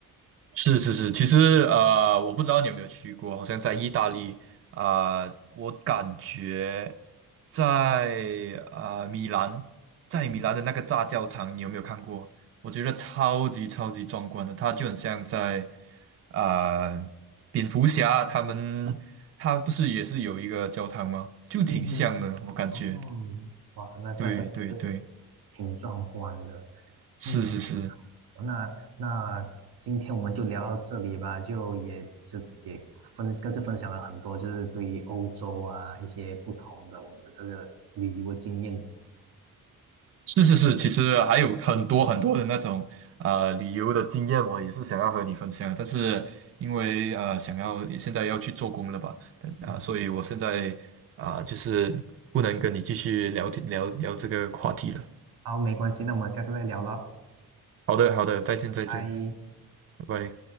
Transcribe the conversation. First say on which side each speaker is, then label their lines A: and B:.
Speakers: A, on the right; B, on the right.
A: 是是是，其实呃，我不知道你有没有去过，好像在意大利啊、呃我感觉在啊、呃米兰，在米兰的那个大教堂，
B: 嗯
A: 你有没有看过？我觉得超级超级壮观的，它就很像在啊、呃蝙蝠侠他们，他不是也是有一个教堂吗？就挺像的，
B: 嗯哼，
A: 我感觉。
B: 哦，哇，那那真的是
A: 对对对，
B: 挺壮观的。
A: 是是是。
B: 嗯，那那今天我们就聊到这里吧，就也这也分各自分享了很多，就是对于欧洲啊一些不同的我们的这个旅游的经验。
A: 是是是，其实还有很多很多的那种呃旅游的经验，我也是想要和你分享，但是因为呃想要现在要去做工了吧，但啊、
B: 嗯，
A: 呃所以我现在啊、就是不能跟你继续聊天聊聊这个话题了。
B: 好，没关系，那我们下次再聊了，
A: 好的好的，再见再见，
B: 拜。
A: 拜拜。